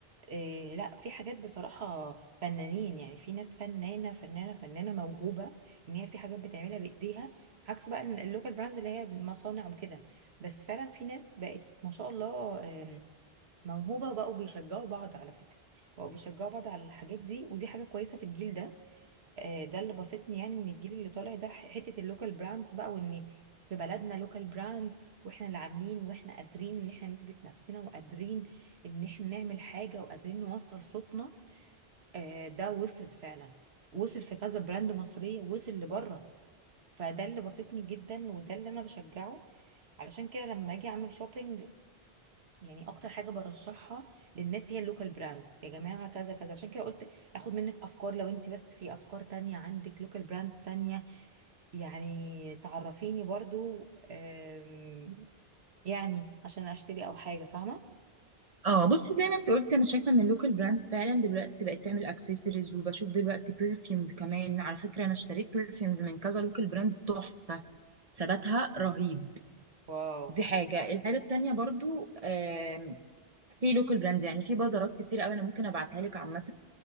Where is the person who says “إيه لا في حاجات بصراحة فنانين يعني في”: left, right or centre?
Right